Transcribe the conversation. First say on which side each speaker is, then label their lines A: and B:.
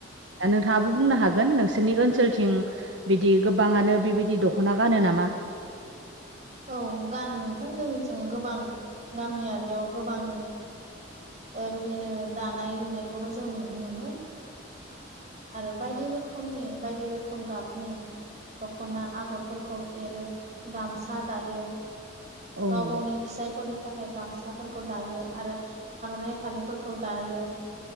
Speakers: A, on the right; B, on the right.
A: दा नोंथाङाबो बुंनो हागोन नोंसोरनि ओनसोलथिं बिदि गोबाङानो बेबायदि दख'ना गानो नामा?
B: औ औ गानो नोंथां जोंनिथिं गोबां गामियारियाव गोबां ओ बेबायदिनो दानाय लुनायखौबो जों नुनो मोनो आरो बायदि रोखोमनि बायदि रोखोम गाबनि दख'ना आगरफोरखौ एरो गामसा दायो।
A: औ
B: गाव
A: नंगौ
B: गावनि
A: नोंथां
B: फिसायफोरनि थाखाय गामसाफोरखौ दायो आरो आर'नाइ फालिफोरखौ दायो